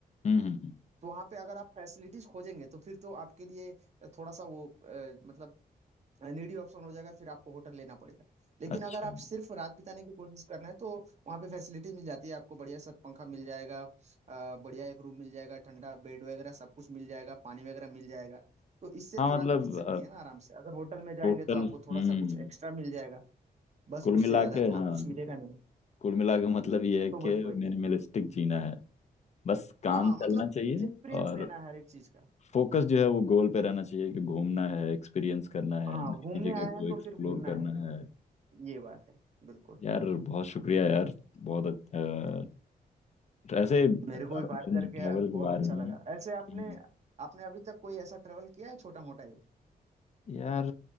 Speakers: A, on the left; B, on the right.
A: हम्म हम्म, हम्म,
B: तो वहां पे अगर आप फैसिलिटीज खोजेंगे तो फिर तो आपके लिए थोड़ा सा वो अ, मतलब नीडी ऑप्शन हो जाएगा फिर आपको होटल लेना पड़ेगा लेकिन
A: अच्छा
B: अगर आप सिर्फ रात बिताने की कोशिश करना है तो वहाँ पे फैसिलिटी मिल जाती है आपको बढ़िया सा पंखा मिल जाएगा अ, बढ़िया एक रूम मिल जाएगा ठंडा बेड वगैरह सब कुछ मिल जाएगा पानी वगैरह मिल जाएगा तो इससे
A: हाँ
B: तो रात
A: मतलब
B: बीत सकती है ना आराम से अगर होटल में जाएंगे
A: टोटल
B: तो आपको थोड़ा
A: हम्म
B: सा कुछ एक्स्ट्रा मिल जाएगा बस
A: कुल मिला
B: उससे ज्यादा
A: के
B: तो
A: हाँ
B: और कुछ मिलेगा नहीं
A: कुल मिला के मतलब ये है
B: तो
A: कि
B: बस वही
A: मिनिमलिस्टिक
B: है
A: जीना है बस काम
B: हाँ
A: चलना
B: मतलब
A: चाहिए
B: एक्सपीरियंस
A: और
B: लेना है हर एक चीज का
A: फोकस जो है वो गोल पे रहना चाहिए कि घूमना है एक्सपीरियंस करना है
B: हाँ
A: नई
B: घूमने
A: नई जगह
B: आए
A: को
B: हैं तो
A: एक्सप्लोर
B: फिर घूमना
A: करना
B: है मेरे को
A: है
B: ये बात है बिल्कुल
A: यार बहुत शुक्रिया यार बहुत अच्छा ऐसे ट्रैवल
B: मेरे को भी बात
A: करने
B: करके
A: ट्रैवल के
B: बहुत
A: बारे
B: अच्छा
A: में
B: लगा
A: हम्म।
B: ऐसे आपने आपने अभी तक कोई ऐसा ट्रेवल किया है छोटा मोटा ही
A: यार